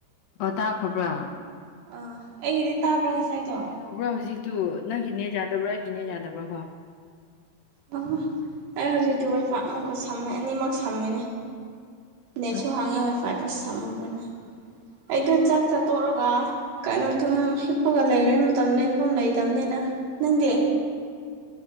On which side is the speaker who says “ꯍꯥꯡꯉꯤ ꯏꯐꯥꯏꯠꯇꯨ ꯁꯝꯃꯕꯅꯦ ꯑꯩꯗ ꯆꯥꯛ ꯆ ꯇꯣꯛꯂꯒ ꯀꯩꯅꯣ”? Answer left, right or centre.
Right